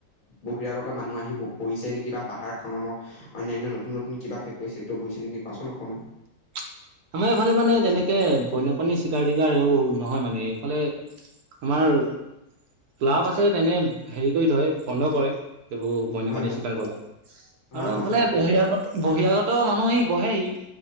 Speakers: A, on the left; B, on the right.
A: বহিৰাগত মানুহ আহি বহিছে নেকি বা পাহাৰ খননৰ অ অন্যান্য নতুন নতুন কিবা ফেক্টৰী সেক্টোৰী বহিছে নেকি কোৱাচোন অকমান।
B: <inaudible> আমাৰ এইফালে মানে তেনেকে বন্যপ্ৰাণী চিকাৰ-দিগাৰ নহয় মানে এইফালে আমাৰ ক্লাব আছে তেনে, হেৰি কৰি থয়, বন্ধ কৰে। সেইবোৰ বন্যপাণী
A: হয় হয়
B: স্বীকাৰ কৰা।
A: হয়
B: আৰু আনফালে
A: হয়
B: বহিৰাগত বহিৰাগত মানুহ আহি বহেহি।